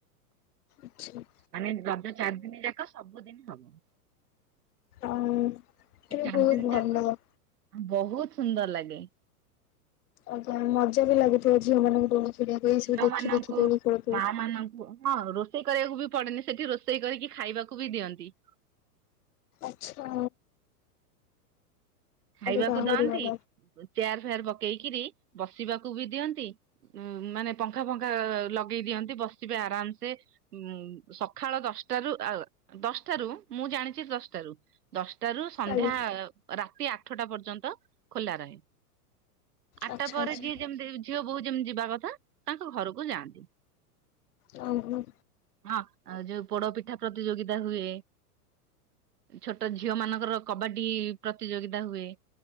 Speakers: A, on the left; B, on the right.
A: ଆଛା।
B: ମାନେ ରଜ ଚାରି ଦିନ ଯାକ ସବୁଦିନ ହବ।
A: ଆଉ
B: ସେ
A: ଟ
B: ଚାରି
A: ବହୁତ
B: ଦିନ ଯାକ
A: ଭଲ।
B: ବହୁତ ସୁନ୍ଦର ଲାଗେ।
A: ଆଜ୍ଞା ମଜା ବି ଲାଗିଥିବ ଝିଅ ମାନଙ୍କୁ। ଖେଳିବାକୁ ଏଇ
B: ଝିଅ
A: ସବୁ ଦେଖି
B: ମାନଙ୍କୁ
A: ଦେଖି ଦୋଳି ଖେଳୁଥିବେ।
B: ମା ମାନଙ୍କୁ ହଁ ରୋଷେଇ ରୋଷେଇ କରିବାକୁ ବି ପଡେନି ସେଠି ରୋଷେଇ କରିକି ଖାଇବାକୁ ବି ଦିଅନ୍ତି।
A: ଆଛା।
B: ଖାଇବାକୁ
A: ତ ଆହୁରି
B: ଦଅନ୍ତି
A: ଭଲ
B: ଚେୟାର ଫେୟାର ପକେଇକିରି ବସିବାକୁ ବି ଦିଅନ୍ତି। ଉ ମାନେ ପଙ୍ଖା ଫଙ୍ଖା ଲଗେଇ ଦିଅନ୍ତି ବସିବେ ଆରାମ ସେ। ଉଁ ସଖାଳ ଦଶଟାରୁ ଆ ଦଶଟାରୁ ମୁଁ ଜାଣିଛି ଦଶଟାରୁ। ଦଶଟାରୁ ସନ୍ଧ୍ୟା
A: ଆଜ୍ଞା
B: ରାତି ଆଠଟା ପର୍ଯ୍ୟନ୍ତ ଖୋଲା ରହେ। ଆଠଟା
A: ଆଚ୍ଛା
B: ପରେ
A: ଆଚ୍ଛା
B: ଯିଏ ଯେମିତି ଝିଅ ବୋହୁ ଯେମିତି ଯିବା କଥା ତାଙ୍କ ଘରକୁ ଯାଆନ୍ତି।
A: ଉଁଁ ହୁଁ।
B: ହଁ ଯୋଉ ପୋଡ଼ପିଠା ପ୍ରତିଯୋଗିତା ହୁଏ। ଛୋଟ ଝିଅ ମାନଙ୍କର କବାଡି ପ୍ରତିଯୋଗିତା ହୁଏ।